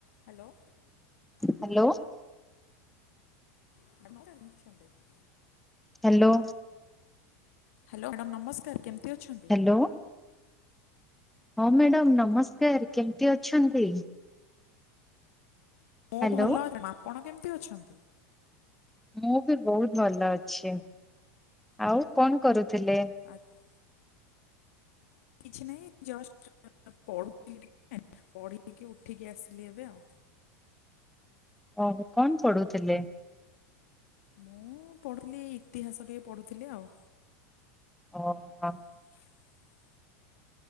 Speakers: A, on the left; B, in the centre.
A: Hello.
B: Hello.
A: <unintelligible>
B: Hello.
A: Hello madam ନମସ୍କାର କେମିତି ଅଛନ୍ତି?
B: ହ୍ୟାଲୋ। ହଁ ମ୍ୟାଡ଼ାମ ନମସ୍କାର କେମିତି ଅଛନ୍ତି?
A: ମୁଁ
B: ହ୍ୟାଲୋ
A: ଭଲ ମାମ ଆପଣ କେମିତି ଅଛନ୍ତି?
B: ମୁଁ ବି ବହୁତ ଭଲ ଅଛି। ଆଉ କଣ କରୁଥିଲେ?
A: ଆଜ୍ଞା। କିଛି ନାହିଁ ଜଷ୍ଟ ଜ ପଢୁଥିଲି ଟିକେ ପଢକି ଉଠିକି ଆସିଲି ଏବେ ଆଉ।
B: ଓହ କଣ ପଢୁଥିଲେ?
A: ମୁଁ ପଢୁଥିଲି ଏଇ ଇତିହାସ ଟିକେ ପଢୁଥିଲି ଆଉ।
B: ଓହୋ।
A: <inaudible>